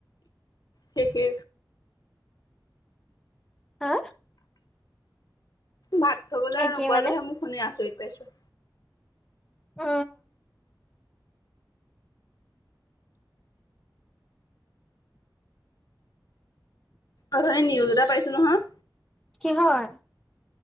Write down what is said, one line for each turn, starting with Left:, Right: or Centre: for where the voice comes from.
Left: সে
Centre: হা
Left: ভাত খাবলৈ
Centre: একেই
Left: নোপোৱাটোহে
Centre: মানে
Left: মোক শুনি আচৰিত পাইছো
Centre: উ
Left: অধ নিউজ এটা পাইছো নহয়
Centre: কি হয়